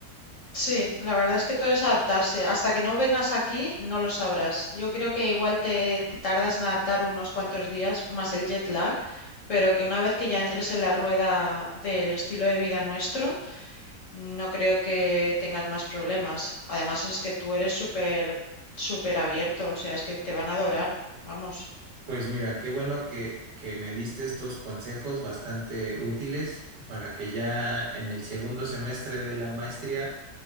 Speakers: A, on the left; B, on the right.
A: Sí, la verdad es que todo es adaptarse. Hasta que no vengas aquí, no lo sabrás. Yo creo que igual te, te tardas en adaptar unos cuantos días más el jet lag, pero que una vez que ya entres en la rueda del estilo de vida nuestro, no creo que tengas más problemas. Además es que tú eres súper, súper abierto, o sea, es que te van a adorar. Vamos,
B: Pues mira, qué bueno que, que me diste estos consejos bastante útiles para que ya en el segundo semestre de la maestría